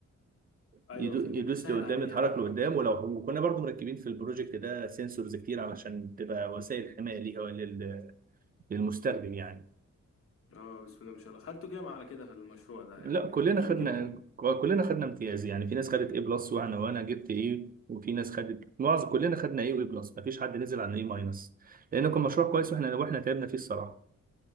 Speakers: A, on the left; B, on the right.
A: ايوه
B: يدو-
A: فدي
B: يدوس
A: بتسهل
B: لقدام
A: عليه
B: يتحرك
A: يعني حركته
B: لقدام
A: وكده
B: ولو وكنا برضو مركبين في البروجكت ده سنسورز كتير علشان تبقى وسائل حمايه ليها لل- للمستخدم يعني
A: اه بسم الله ما شاء الله خدته كام على كده في المشروع ده
B: لا
A: يعني
B: كلنا
A: اكيد
B: خدنا
A: جبت
B: كلنا خدنا امتياز يعني في ناس خدت ايه بلس وانا وانا جبت ايه وفي ناس خدت معظم كلنا خدنا ايه وايه بلس مفيش حد نزل عن ايه ماينس لان كان مشروع كويس
A: طب
B: واحنا واحنا تعبنا فيه الصراحه